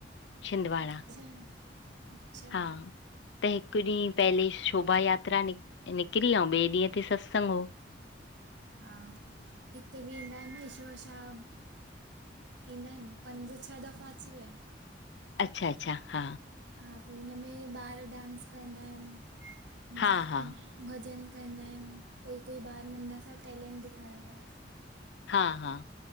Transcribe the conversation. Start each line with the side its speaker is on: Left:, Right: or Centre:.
Left: छिंदवाड़ा
Right: अच्छा अच्छा
Left: हा त हिकु ॾींहुं पहले शोभा यात्रा निक निकरी अऊं ॿिए ॾींहं ते सत्संग हो
Right: हा हित बि ईंदा आहिनि न ईश्वर शाहब ईंदा आहिनि पंज छह दफ़ा अची विया आहिनि
Left: अच्छा अच्छा हा
Right: हा पो हुनमें ॿार डांस कंदा आहिनि हूं
Left: हा हा
Right: हूं भॼन कंदा आहिनि कोई कोई ॿार नंढा सां टेलेंट ॾेखारंदा
Left: हा हा